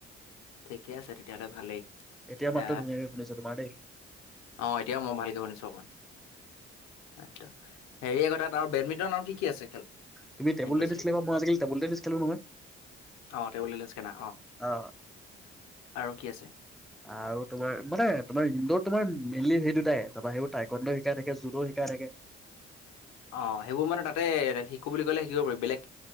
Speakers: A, on the left; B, in the centre.
A: ঠিকে আছে তেতিয়াহ'লে ভালেই।
B: এতিয়া মাতটো
A: এ
B: ধুনীয়াকে শুনিছো তোমাৰ দেই
A: অ এতিয়াও মই ভালকে বননিছো অকমান আচ্ছা। হেৰি আকৌ তাত আৰু বেডমিণ্টন আৰু কি কি আছে খেল।
B: তুমি টেবুল
A: ইউনিভাৰ্চিটিত
B: টেনিছ খেলিবা মই আজি কালি টেবুল টেনিছ খেলো নহয়
A: অ টেবুল টেনিছ খেলা
B: অ।
A: আৰু কি আছে
B: আৰু তোমাৰ মানে তোমাৰ ইন্দ্ৰ। তোমাৰ মেইনলি সেই দুটাই তাৰপৰা সেইবোৰ টাইকণ্ডও শিকাই থাকে জুডোও শিকাই থাকে।
A: অ সেইবোৰ মানে তাতে শিকো বুলি ক'লে শিকিব পাৰি বেলেগ।